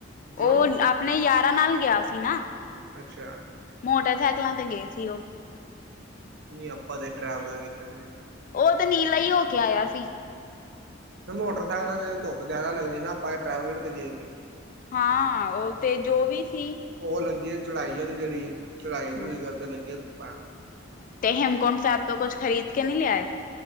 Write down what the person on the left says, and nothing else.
ਓ ਆਪਣੇ ਯਾਰਾਂ ਨਾਲ ਗਿਆ ਸੀ ਨਾ।
ਮੋਟਰਸੈਕਲਾਂ ਤੇ ਗੇ ਸੀ ਓ।
ਓ ਤੇ ਨੀਲਾ ਈ ਹੋ ਕੇ ਆਇਆ ਸੀ।
ਹਾਂ ਓ ਤੇ ਜੋ ਵੀ ਸੀ।
ਹੂੰ
ਤੇ ਹੇਮਕੁੰਟ ਸੈਬ ਤੋ ਕੁਛ ਖਰੀਦ ਕੇ ਨੀ ਲਿਆਏ?